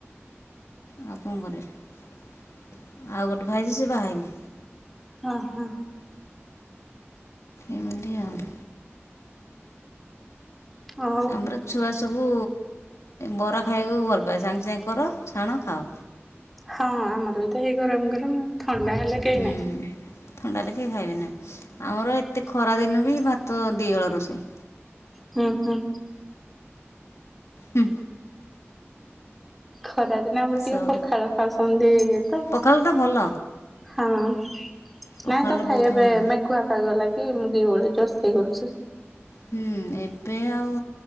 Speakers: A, on the left; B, in the centre.
A: ଆଉ କଣ କରିବା, ଆଉ ଗୋଟେ ଭାଇ ଯେ ସେ ବାହା ହେଇନି।
B: ହଁ ହଁ।
A: ଏମିତି ଆଉ।
B: ହଉ
A: ଆମର ଛୁଆ ସବୁ ବରା ଖାଇବାକୁ ଭଲ ପାଏ, ସାଙ୍ଗେ ସାଙ୍ଗେ କର ଛାଣ ଖାଅ।
B: ହଁ ଆମର ବି ତ ହେଇ ଗରମ ଗରମ ଆଉ ଥଣ୍ଡା ହେଲେ କେହି
A: ହୁଁ
B: ନାହିଁ।
A: ଥଣ୍ଡା ହେଲେ କେହିଁ ଖାଇବେନି, ଆମର ଏତେ ଖରା ଦିନ ବି ଭା ତ ଦି ଓଳା ରୋଷେଇ।
B: ହୁଁ ହୁଁ।
A: ହୁଁ।
B: ଖରା ଦିନେ ଆମର ଟିକେ
A: ସ
B: ପଖାଳ ଖାଉଛନ୍ତି ତ।
A: ପଖାଳ ତ ଭଲ
B: ହଁ ନାଇଁ
A: ପଖାଳଟା
B: ତ ଖାଇବା
A: ବହୁତ
B: ଏବେ
A: ଭଲ।
B: ମେଘୁଆ ପାଗ ଲାଗି ମୁଁ ଦି ଓଳି ରୋଷେଇ କରୁଛି।
A: ହୁଁ ଏବେ ଆଉ